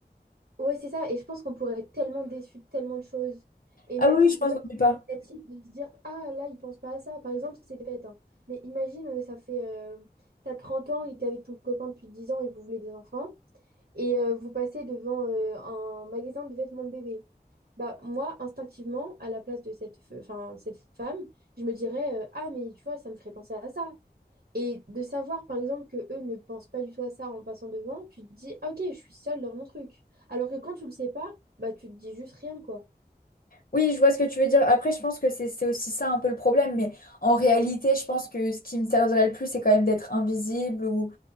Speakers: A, on the right; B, on the left.
A: ouais, c'est ça. Et je pense qu'on pourrait être tellement déçu de tellement de choses. Et
B: Ah
A: même
B: oui,
A: si
B: oui, je pense
A: c'est pas
B: qu'on n'est pas.
A: négatif de se dire, ah là, il pense pas à ça. Par exemple, c'est bête, hein. Mais imagine, euh, ça fait, euh, t'as 30 ans et t'es avec ton copain depuis 10 ans et vous voulez des enfants. et euh, vous passez devant euh, un magasin de vêtements de bébé. Bah, moi, instinctivement, à la place de cette, fe- enfin, cette femme, je me dirais, euh, ah, mais tu vois, ça me ferait penser à ça. Et de savoir, par exemple, que eux ne pensent pas du tout à ça en passant devant, tu te dis, Ah, ok, je suis seule dans mon truc. Alors que quand tu le sais pas, bah, tu te dis juste rien, quoi.
B: Oui, je vois ce que tu veux dire. Après, je pense que c'est c'est aussi ça un peu le problème. Mais en réalité, je pense que ce qui me servirait le plus, c'est quand même d'être invisible ou...